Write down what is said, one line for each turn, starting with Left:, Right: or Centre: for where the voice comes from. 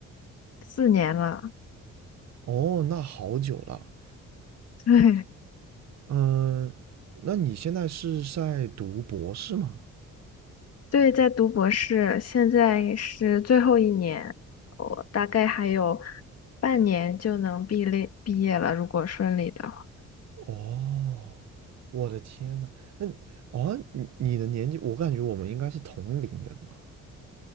Left: 四年了。
Right: 哦，那好久了。
Left: <laughs> 对，
Right: 嗯，那你现在是在读博士吗？
Left: 对，在读博士，现在是最后一年，我大概还有半年就能毕业毕业了，如果顺利的话。
Right: 哦，我的天呐，那哦，你你的年纪，我感觉我们应该是同龄人吧？